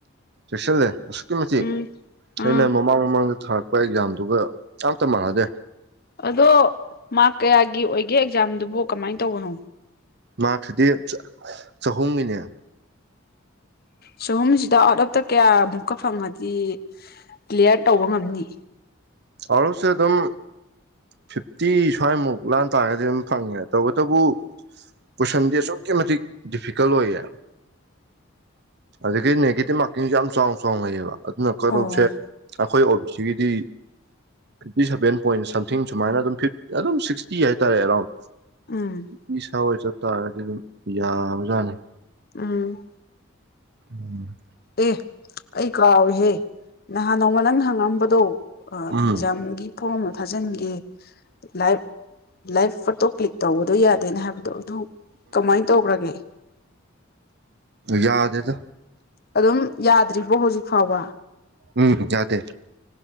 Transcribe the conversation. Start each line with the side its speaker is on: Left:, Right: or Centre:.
Right: ꯆꯦꯛꯁꯤꯜꯂꯦ ꯑꯁꯨꯛꯀꯤ ꯃꯇꯤꯛ
Left: ꯎꯝ ꯑꯥ
Right: ꯑꯩꯅ ꯃꯃꯥꯡ ꯃꯃꯥꯡꯗ ꯊꯥꯔꯛꯄ ꯑꯦꯛꯖꯥꯝꯗꯨꯒ ꯑꯝꯇ ꯃꯥꯟꯅꯗꯦ
Left: ꯑꯗꯣ ꯃꯥꯔꯛ ꯀꯌꯥꯒꯤ ꯑꯣꯏꯒꯦ ꯑꯦꯛꯖꯥꯝꯗꯨꯕꯨ ꯀꯃꯥꯏꯅ ꯇꯧꯕꯅꯣ
Right: ꯃꯥꯔꯛꯁꯤꯗꯤ ꯆꯍꯨꯝꯒꯤꯅꯦ
Left: ꯆꯍꯨꯝꯁꯤꯗ ꯑꯥꯎꯠ ꯑꯣꯐꯇ ꯀꯌꯥꯃꯨꯛꯀ ꯐꯪꯉꯗꯤ ꯀ꯭ꯂꯤꯌꯥꯔ ꯇꯧꯕ ꯉꯝꯅꯤ
Right: ꯑꯥꯎꯠ ꯑꯣꯐꯁꯦ ꯑꯗꯨꯝ ꯐꯤꯐꯇꯤ ꯁ꯭ꯋꯥꯏꯃꯨꯛ ꯂꯥꯟ ꯇꯥꯔꯒꯗꯤ ꯑꯗꯨꯝ ꯐꯪꯉꯦ ꯇꯧꯕꯇꯕꯨ ꯀꯣꯏꯁꯟꯗꯤ ꯑꯁꯨꯛꯀꯤ ꯃꯇꯤꯛ ꯗꯤꯐꯤꯀꯜꯠ ꯑꯣꯏꯌꯦ ꯑꯗꯨꯗ ꯀꯩ ꯅꯒꯤꯇꯤꯕ ꯃꯥ ꯁꯨ ꯌꯥꯝ ꯆꯥꯎ ꯆꯥꯎ ꯅ ꯂꯩꯌꯦꯕ ꯑꯗꯨꯅ ꯀꯠ
Left: ꯑꯣ
Right: ꯑꯣꯐꯁꯦ ꯑꯩꯈꯣꯏ ꯑꯣꯕꯤ ꯁꯤꯒꯤꯗꯤ ꯐꯤꯞꯇꯤ ꯁꯚꯦꯟ ꯄꯣꯏꯟ ꯁꯝꯊꯤꯡ ꯁꯨꯃꯥꯏꯅ ꯑꯗꯨꯝ ꯐꯤ ꯑꯗꯨꯝ ꯁꯤꯛꯁꯇꯤ ꯍꯥꯏꯇꯥꯔꯦ ꯑꯦꯔꯥꯎꯟ
Left: ꯎꯝ
Right: ꯃꯤꯁꯋꯥ ꯑꯣꯏ ꯆꯠ ꯇ ꯑꯗꯨ ꯌꯥꯕꯖꯅꯤ
Left: ꯎꯝ
Right: ꯎꯝ
Left: ꯑꯦ ꯑꯩ ꯀꯥꯎꯏꯍꯦ ꯅꯍꯥꯟ ꯅꯣꯡꯃ ꯅꯪ ꯍꯪꯉꯝꯕꯗꯣ ꯑ
Right: ꯎꯝ
Left: ꯑꯦꯛꯖꯥꯝꯒꯤ ꯐꯣꯔꯝ ꯐꯥꯖꯤꯟꯒꯦ ꯂꯥꯏꯚ ꯂꯥꯏꯚ ꯐꯣꯇꯣ ꯀ꯭ꯂꯤꯛ ꯇꯧꯕꯗꯣ ꯌꯥꯗꯦꯅ ꯍꯥꯏꯕꯗꯣ ꯑꯗꯨ ꯀꯃꯥꯏꯅ ꯇꯧꯈ꯭ꯔꯒꯦ
Right: ꯌꯥꯗ ꯑꯦꯗ
Left: ꯑꯗꯨꯝ ꯌꯥꯗ꯭ꯔꯤꯕꯣ ꯍꯧꯖꯤꯛ ꯐꯥꯎꯕ
Right: ꯎꯝ ꯌꯥꯗꯦ